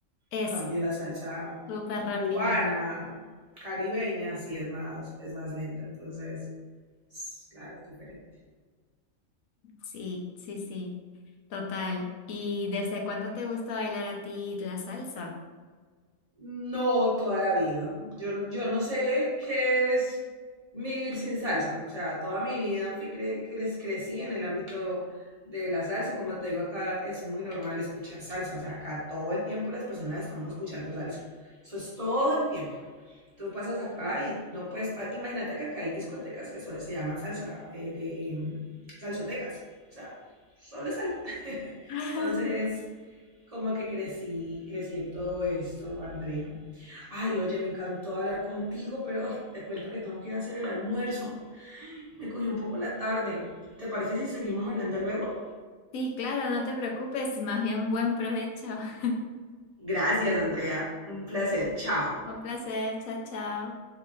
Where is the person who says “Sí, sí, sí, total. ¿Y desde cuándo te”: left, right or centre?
Left